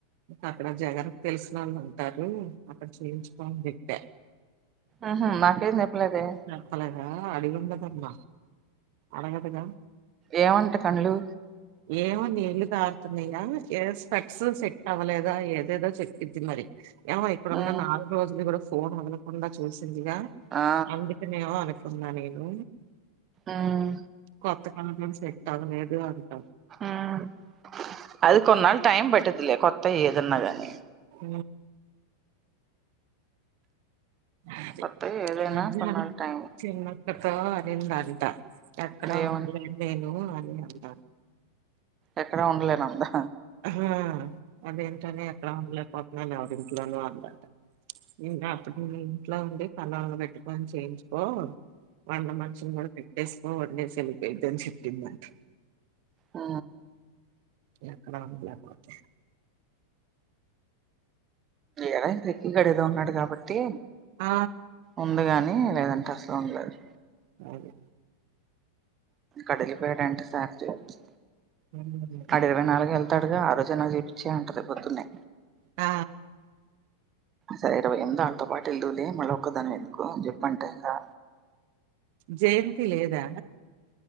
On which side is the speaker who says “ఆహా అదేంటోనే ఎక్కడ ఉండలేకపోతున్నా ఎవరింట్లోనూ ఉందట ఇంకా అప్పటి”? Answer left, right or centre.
Right